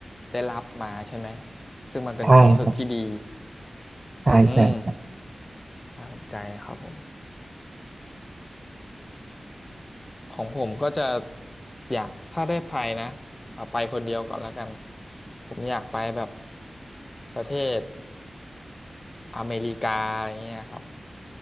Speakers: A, on the left; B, on the right.
A: ได้รับมาใช่ไหมซึ่งมันเป็นความรู้สึกที่ดี
B: ใช่ครับใช่ใช่ใช่
A: อืมน่าสนใจครับผม ของผมก็จะอยากถ้าได้ไปนะเอาไปคนเดียวก่อนแล้วกันผมอยากไปแบบประเทศอเมริกาอะไรเงี้ยครับ